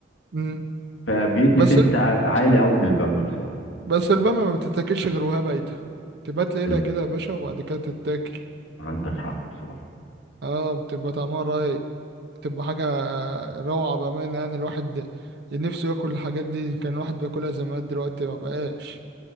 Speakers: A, on the right; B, on the left.
A: مم.
B: فبيدي
A: بس
B: تيست ع- عالي قوي للباميه بصراحه
A: بس البامية ما بتتاكلش غير وهي بايتة تبات ليلة
B: الب...
A: كده يا باشا وبعد كده تتاكل
B: عندك حق بصراحه
A: اه بتبقى طعمها رايق بتبقى حاجة روعة بأمانة يعني الواحد نفسه ياكل الحاجات دي كان الواحد بياكلها زمان دلوقتي ما بقاش